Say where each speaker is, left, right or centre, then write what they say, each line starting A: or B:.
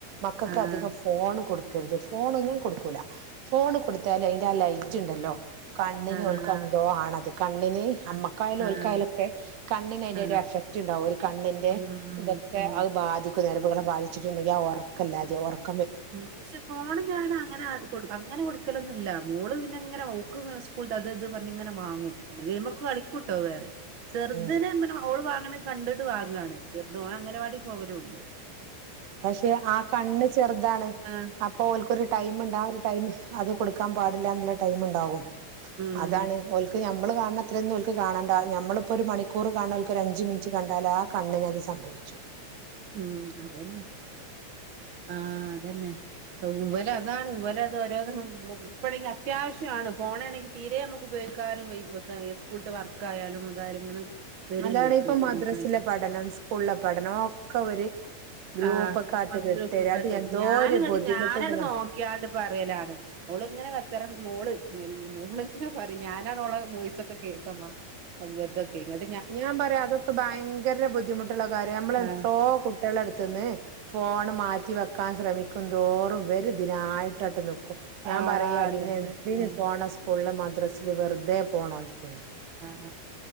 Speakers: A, on the right (about 70°); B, on the right (about 50°).
A: മക്കൾക്ക്
B: ആഹ്
A: അധികം ഫോണ് കൊടുക്കരുത് ഫോണ് ഞാൻ കൊടുക്കൂല ഫോണ് കൊടുത്തല് അതിന്റെ ലൈറ്റ് ഉണ്ടല്ലോ കണ്ണിന
B: ആഹ്
A: ഓൽകേന്തോ
B: ആഹ്
A: ആണത് കണ്ണിന്
B: ആഹ്
A: അമ്മക്കായലും
B: ആഹ്
A: ഒൽക്കായലൊക്കെ
B: ആഹ്
A: കണ്ണിന് അതിന്റെ
B: ആഹ്
A: ഒരു എഫക്റ്റ് ഉണ്ടാവും ഒരു കണ്ണിന്റെ
B: ഉം ഉം
A: ഇതൊക്കെ
B: ഉം
A: അത് ബാധിക്കും ഞരമ്പുകളെ ബാധിച്ചിട്ടുണ്ടെങ്കിൽ ആ ഉറക്കല്ലാതെ ഉറക്ക
B: ഉം പക്ഷെ ഫോണ് ഞാൻ അങ്ങനെ ആരും കൊടു അങ്ങനെ കൊടുക്കലൊന്നുമില്ല മോള് പിന്നെ ഇങ്ങനെ മോക്ക് സ്കൂള അത് ഇത് പറഞ്ഞ ഇങ്ങനെ വാങ്ങും പിന്നെ ഗെയിമൊക്കെ കളിക്കൂട്ടോ വേറെ ചെറുതിനെമ്മനെ
A: ഉം
B: ഓള് വാങ്ങണേ കണ്ടിട്ട് വാങ്ങുകയണേ ചെറുത ഓ അങ്ങനെവാടി പോവലൊള്ളു
A: പക്ഷെ ആഹ് കണ്ണ് ചെറു താണ്
B: ആഹ്
A: അപ്പൊ ഓല്ക്കൊരു ടൈമുണ്ട് ആഹ് ഒരു ടൈം അത് കൊടുക്കാൻ പാടില്ല എന്നുള്ള ടൈം ഉണ്ടാവും
B: ഉം
A: അതാണ് ഓല്ക് പ്പ ഞമ്മള് കാണണ അത്രയന്നും ഓൽക്ക് കാണണ്ട നമ്മളിപ്പോൾ ഒരു മണിക്കൂർ കാണണഓല്ക്കൊരു ഒരഞ്ച് മിനിറ്റ് കണ്ടാൽ ആ കണ്ണിനത് സംഭ വെച്ചു
B: ഉം അതന്നെ ആഹ് അതന്നെ ടൊവ്വലാക്കി അതാണ് ഇവലതൊരോന്ന് <unintelligible> ഇപ്പോഴെങ്കിൽ അത്യാവശ്യമാണ് ഫോൺ ആണെങ്കിൽ തീരെ നമുക്ക് ഉപയോഗിക്കാനും വയ്യ സ്കൂ വർ ക്കായാലും അതായാല ഇങ്ങനെ വരുവല്ലോ
A: അതാണ് ഇപ്പ
B: ഗ്രൂപ്പിലൊക്കെ
A: മദ്രാസിലെ
B: ആയിട്ട്
A: പഠനം സ്കൂളിലെ പഠനം ഒക്കെ ഒരു ഗ്രൂപ്പൊക്കെ
B: ആ
A: ആട്ട്
B: അത്
A: വിട്ടേരും
B: ഗ്രൂപ്പൊക്കെ
A: അത്
B: ഇടും
A: എന്തോ
B: ഞാൻ
A: ഒരു
B: കണ്ട
A: ബുദ്ധിമുട്ടുണ്ട്
B: ഞാനട് നോക്കിയാണ്ട് പറയലാണ് ഓള് ഇങ്ങനെ കച്ചറൻ മോള് വല് മോള ഇങ്ങനെ പറയും ഞാനാ ഓളെ വോയിസൊക്കെ കേക്കാ മ്മാ അപ്പൊ ഇബർതൊക്കെങ്ങള്
A: ഞാൻ പറയാ അതൊക്കെ ഭയങ്കര ബുദ്ധിമുട്ടുള്ള കാര്യ നമ്മള
B: ആഹ്
A: എത്രോ കു ട്ടിയാളെട്ത്ത്ന്ന് ഫോൺ മാറ്റി വെക്കാൻ ശ്രമിക്കും തോറും ഇവര് ഇതിനായിട്ടാൻണ്ട് നിക്കും ഞാൻ
B: ആഹ്
A: പറയാ
B: അതന്നെ
A: പിന്നെ എന്തിന്
B: ഉം
A: പോണം സ് കൂള് മദ്രസ് ല് വെർതെ പോണോയ് <unintelligible>
B: ആഹ് ആഹ്